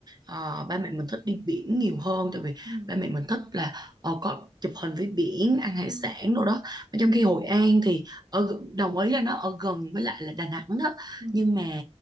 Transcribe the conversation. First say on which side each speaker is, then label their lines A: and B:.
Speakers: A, on the right; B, on the right.
A: Ờ, ba mẹ mình thích đi biển nhiều hơn tại vì
B: ừ
A: ba mẹ mình thích là ờ, có chụp hình với biển ăn hải
B: ừ
A: sản đồ đó mà trong khi Hội An thì ở g- đồng ý là nó ở gần với lại là Đà Nẵng đó
B: ừ
A: nhưng mà